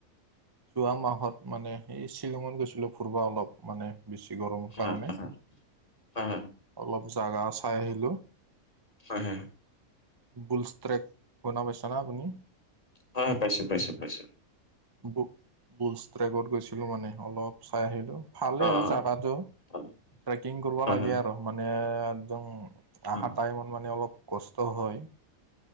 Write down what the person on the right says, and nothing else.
যোৱা মাহত মানে এই শ্বিলঙত গৈছিলোঁ ঘুৰবা অলপ মানে বেছি গৰমৰ
কাৰণে
অলপ জাগা চাই আহিলোঁ।
বুলচট্ৰেক শুনা পাইছা না আপুনি?
বু-বুলচট্ৰেগত গৈছিলো মানে অলপ চাই আহিলো। ভালেই
জাগাটো,
ট্ৰেকিং কৰিব
লাগে
আৰু মানে একদম অহা
টাইমত মানে অলপ কষ্ট হয়।